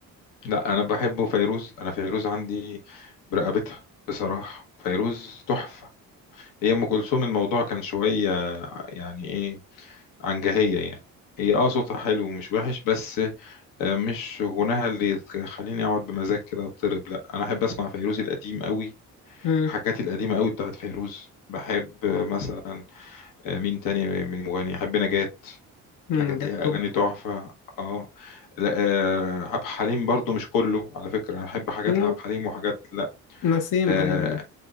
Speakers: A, on the left (about 80°); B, on the left (about 65°).
A: لا انا بحبه فيروز انا فيروز عندي برقبتها بصراحه فيروز تحفه هي ام كلثوم الموضوع كان شويه يعني ايه عنجهيه يعني هي اه صوتها حلو ومش وحش بس آه، مش غناها اللي تخليني اقعد بمزاج كده اضطرب لا انا احب اسمع فيروز القديم قوي
B: امم
A: الحاجات القديمه قوي بتاعت فيروز بحب آه، مثلا آه، مين تاني من مغني احب نجاة
B: أمم،
A: حاجات
B: جت
A: ليها
B: طب
A: اغاني تحفه اه لا آه عبد الحليم برضو مش كله على فكره انا احب حاجات
B: أمم،
A: لعبد الحليم وحاجات لا
B: نسيم
A: آه
B: ايوه